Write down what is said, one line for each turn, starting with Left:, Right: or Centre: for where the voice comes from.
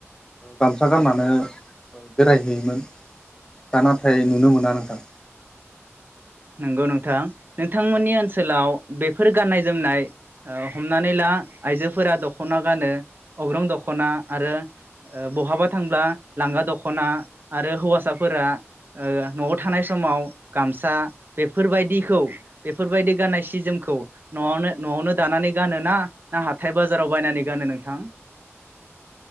Left: गामसा गाननानै बेरायहैयोमोन दा नाथाय नुनो मोना नोंथां।
Right: नंगौ नोंथां नोंथांमोननि ओनसोलाव बेफोर गाननाय जोमनाय ओ हमनानै ला आइजोफोरा दख'ना गानो अग्रं दख'ना आरो ओ बहाबा थांब्ला लांगा दख'ना आरो हौवासाफोरा ओ न'आव थानाय समाव गामसा बेफोरबायदिखौ बेफोरबायदि गाननाय सिजोमखौ न'आवनो न'आवनो दानानै गानो ना ना हाथथाय बाजाराव बायनानै गानो नोंथां?